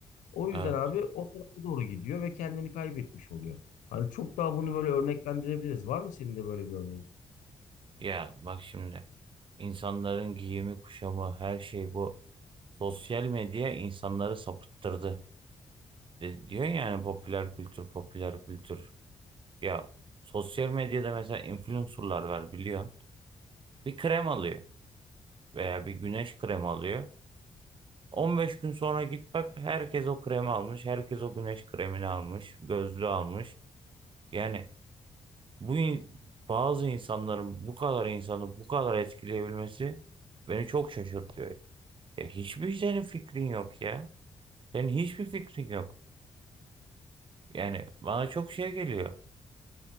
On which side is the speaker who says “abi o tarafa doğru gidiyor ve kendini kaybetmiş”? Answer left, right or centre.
Left